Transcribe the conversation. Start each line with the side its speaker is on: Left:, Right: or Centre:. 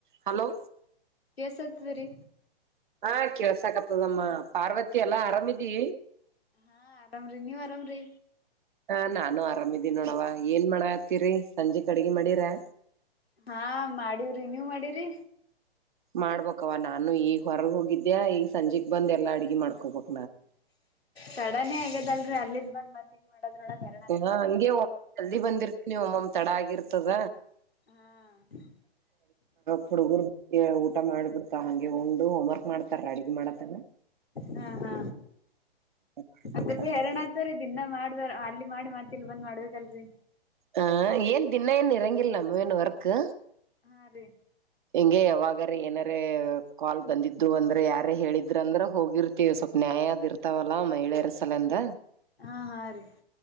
Right: Hello.
Left: ಕೆಲ್ಸತದರಿ.
Right: ಹಾ ಕೆಳ್ಸಕತ್ತದಮ್ಮ ಪಾರ್ವತಿ ಎಲ್ಲಾ ಆರಾಮಿದಿ.
Left: ಹಾ ಆರಾಮ್ರೀ ನೀವ್ ಆರಾಮ್ರರಿ.
Right: ಹಾ ನಾನು ಆರಾಮಿದೀನಿ ನೋಡವ ಏನ್ ಮಾಡ ಆತೀರಿ ಸಂಜಿಕ್ ಅಡಗಿ ಮಾಡಿರಾ.
Left: ಹಾ ಮಾಡವ್ರಿ ನೀವ್ ಮಾಡಿರಿ.
Right: ಮಾಡ್ಬಕ್ವ ನಾನು ಈಗ ಹೊರಗ್ ಹೋಗಿದ್ದ್ಯಾ ಈಗ ಸಂಜೆಗ್ ಬಂದ ಎಲ್ಲಾ ಅಡ್ಗೆ ಮಾಡ್ಕೊಬೇಕ.
Left: ತಡನೇ ಆಗ್ಯದಲ್ರಿ ಅಲ್ಲಿದ್ದ್ ಬಂದ್ ಮತ್ತ ಇನ್ ಮಾಡದ್ರೊಳಗೆ.
Right: ಹಾ ಹಂಗೆ ಒಮ್ಮ ಜಲ್ದಿ ಬಂದಿರ್ತೀನಿ ಒಮ್ಮಮ್ಮ ತಡ ಆಗಿರ್ತದ.
Left: ಹಾ
Right: ಹುಡುಗರು ಊಟ ಮಾಡ್ಬಿಡ್. ಹಂಗೆ ಉಂಡು ಹೋಮ್ ವರ್ಕ್ ಮಾಡ್ತಾರ ಅಡಗೆ ಮಾಡತನ.
Left: ಹಾ ಹಾ
Right: ಮಾಡ್ಬಿಡ್ತಾರ
Left: ಅದ್ರ ಭ
Right: ಹಂಗೆ
Left: ಎರಣ ಆತರಿ. ದೀನ್ನಾ ಮಾಡ ಅಲ್ಲಿ ಮಾಡಿ ಮತ್ತ ಇಲ್ ಬಂದ್ ಮಾಡ್ಬೇಕಲ್ರರಿ.
Right: ಹ ಏನ್ ದಿನ ಏನ್ ಇರಂಗಿಲ್ಲ ನಮ್ ಏನ್ ವರ್ಕ್.
Left: ಹಾ ರೀ.
Right: ಹಿಂಗೆ ಯಾವಾಗಾರ ಏನಾರ ಕಾಲ್ ಬಂದಿದ್ರು ಅಂದ್ರೆ ಯಾರ ಹೇಳಿದ್ರ ಅಂದ್ರ ಹೋಗಿರ್. ತ್ತಿವ್ ಸ್ವಲ್ಪ ನ್ಯಾಯ ಅದ್ ಇರ್ತಾವಲ್ಲಾ ಮಹಿಳೆಯರ ಸಲಂದ.
Left: ಹಾ ಹಾ ರೀ.